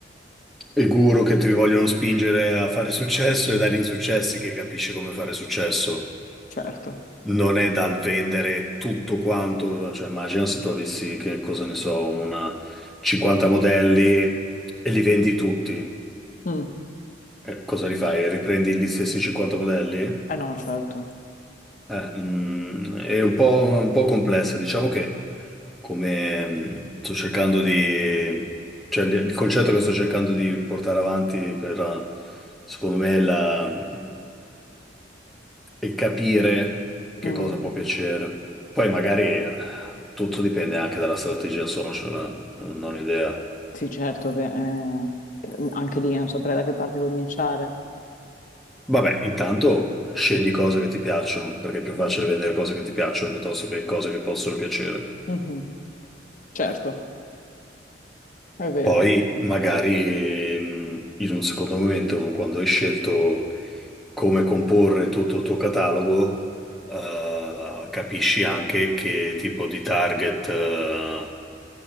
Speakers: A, in the centre; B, on the left.
A: i guru che ti vogliono spingere a fare successo, è dagli insuccessi che capisci come fare successo.
B: certo.
A: Non è dal vendere tutto quanto, cioè immagina se tu avessi, che cosa ne so, una 50 modelli e li vendi tutti.
B: Mm.
A: Eh, cosa li fai? Riprendi gli stessi 50 modelli?
B: Eh no, certo.
A: Eh, mm, è un po', un po' complessa, diciamo che come mm, sto cercando di, cioè il il concetto che sto cercando di portare avanti per, eh, secondo me, la, mm, è capire che
B: Mhm.
A: cosa può piacere. Poi magari eh, tutto dipende anche dalla strategia social, eh, non ho idea.
B: Sì, certo che eh, anche lì non saprei da che parte cominciare.
A: Vabbè, intanto scegli cose che ti piacciono, perché è più facile vendere cose che ti piacciono piuttosto che cose che possono piacere.
B: Mhm, certo, è vero.
A: Poi magari mh, in un secondo momento, quando hai scelto come comporre tutto il tuo catalogo, eh, capisci anche che tipo di target eh,